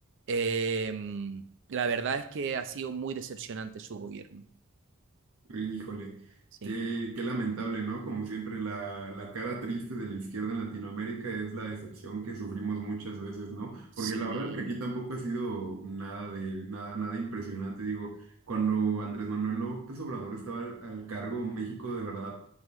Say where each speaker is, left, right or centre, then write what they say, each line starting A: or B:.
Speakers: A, on the right; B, on the right.
A: eh, la verdad es que ha sido muy decepcionante su gobierno.
B: Híjole,
A: Sí,
B: qué, qué lamentable, ¿no? Como siempre, la, la cara triste de la izquierda en Latinoamérica es la decepción que sufrimos muchas veces, ¿no?
A: sí.
B: Porque la verdad es que aquí tampoco ha sido nada de nada, nada impresionante. Digo, cuando Andrés Manuel López Obrador estaba al, al cargo, México de verdad